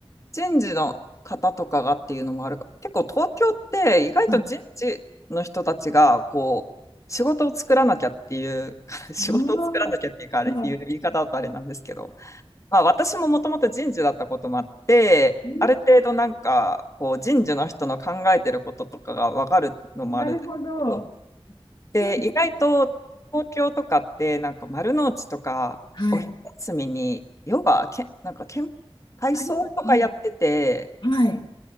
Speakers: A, on the left; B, on the left.
A: 人事の方とかがっていうのもあるか結構東京って意外と人事の人たちが、
B: はい
A: こう、仕事を作らなきゃっていう、<laughs> 仕事を作らなきゃっていうか、
B: ああ、
A: あれ、
B: はい。
A: いう言い方だとあれなんですけど、まあ私ももともと人事だったこともあって、
B: うん
A: ある程度なんか、こう、人事の人の考えてることとかがわかるのもあるんですけど
B: なるほど。
A: で、
B: でも、
A: 意外と東京とかってなんか丸の内とかお昼休みにヨガ、
B: はい。
A: け、なんか健、体操とかやってて、
B: ありますね。はい。